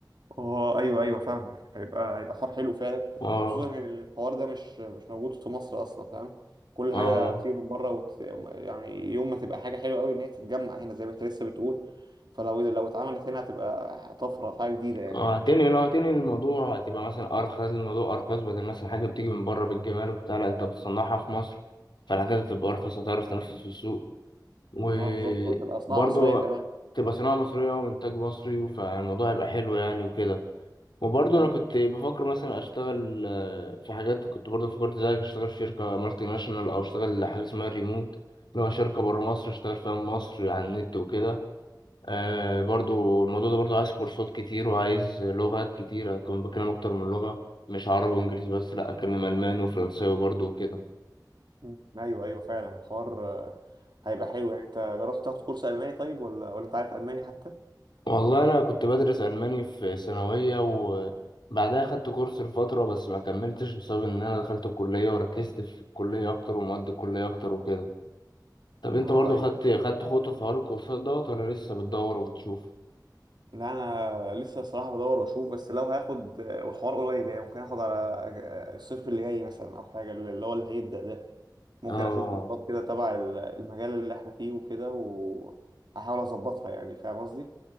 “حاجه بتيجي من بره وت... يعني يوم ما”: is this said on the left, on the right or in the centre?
Right